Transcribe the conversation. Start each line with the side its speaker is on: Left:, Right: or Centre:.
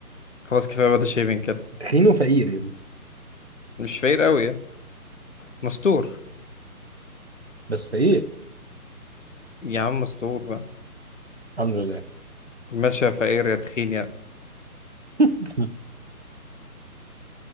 Left: خلاص كفاية بدا شايفين كده
Right: تخين وفقير يا ابني
Left: مش فقير قوي يعني مستور
Right: بس فقير
Left: يا عم مستور بقى
Right: الحمد لله
Left: طب ماشي يا فقير يا تخين يا
Right: <laughs>